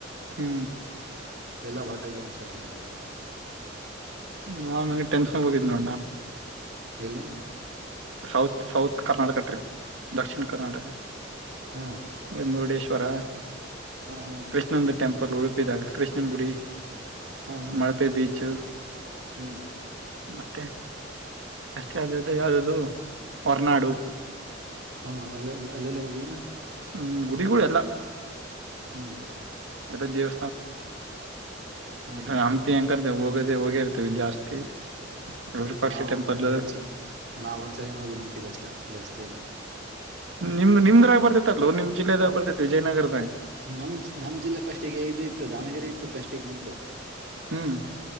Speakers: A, on the right; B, on the right.
A: ಹ್ಮ್
B: ಎಲ್ಲಾ ವಾಟರ್ ಗೇಮ್ಸ್ ಅಲ್ಲಿ ಇರುವುದು.
A: ನಾನ್ ನಂಗೆ ಟೆನ್ಷನ್ ಹೋಗಿದ್ದ್ ನೋಡ ನಾನ್.
B: ಎಲ್ಲಿ
A: ಸೌತ್ ಸೌತ್ ಕರ್ನಾಟಕ ಟ್ರಿಪ್ ದಕ್ಷಿಣ ಕರ್ನಾಟಕ್.
B: ಹಾ
A: ಒ ಮುರುಡೇಶ್ವರ
B: ಹಾ
A: <unintelligible>
B: ಹಾ
A: ಕೃಷ್ಣಂದ ಟೆಂಪಲ್ ಹುಡ್ಕ್ ಇದಾಗ್ ಕೃಷ್ಣನ್ ಗುಡಿ.
B: ಹಾ ಹಾ
A: ಮಲ್ಪೆ ಬೀಚ್
B: ಹ್ಮ್
A: ಮತ್ತೆ ಅಷ್ಟೇ ಆದ್ದ ಯಾವ್ದ ಹೊರನಾಡು.
B: ಹ ಅಲ್ಲೆ ಅಲ್ಲೆಲ್ಲ ಹೋಗಿ ಏನ್
A: ಹ್ಮ್ ಗುಡಿಗಳು ಎಲ್ಲ
B: ಹ್ಮ್
A: ಎ ದೇವ <inaudible>
B: ಹ್ಮ್
A: ಹಂಪಿ ಕರ್ದವು ಹೋಗೋದೇ ಹೋಗೇ ಇರ್ತೀವಿ ಜಾಸ್ತಿ ವಿರೂಪಾಕ್ಷ
B: ನಾವ
A: ಟೆಂಪಲ್
B: ಒಂದಿನ ಒಂದ್ಸ ನಾವ ಒಂದ್ಸರಿ ಹೋಗಿ ನಂಪಿಗೆ ಅಷ್ಟ ಜಾಸ್ತಿ ತ್ತಲ
A: ನಿಮ್ದ್ ನಿಮ್ದ್ರಾಗ ಬರ್ತತ ಅಲ್ೋ ನಿಮ್ ಜಿಲ್ಲೆದಾಗ ಬರ್ತೈತಿ ವಿಜಯನಗರದಾಗ
B: ನಮ್ ನಮ್ ಜಿಲ್ಲೆ ಪಫಸ್ಟ್ಗೆ ಇದು ಇತ್ತು ದಾವಣಗೆರೆ ಇತ್ತು ಪಫಸ್ಟಿಗೆಗ್ ನಮ್ದು
A: ಹ್ಮ್